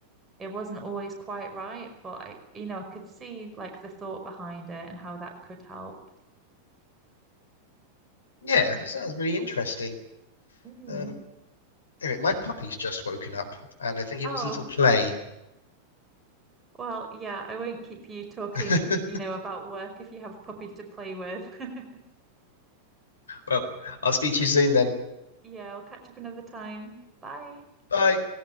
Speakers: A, on the right (about 20°); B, on the left (about 70°).
A: it wasn't always quite right, but I, you know, I could see like the thought behind it and how that could help.
B: Yeah, that sounds really interesting.
A: Mm.
B: Um, anyway, my puppy's just woken up, and I think he
A: Oh,
B: wants a little play.
A: well, yeah, I won't keep you talking,
B: <laughs>
A: you know, about work if you have a puppy to play with. <laughs>
B: well, I'll speak to you soon then.
A: Yeah, we'll catch up another time. Bye.
B: Bye.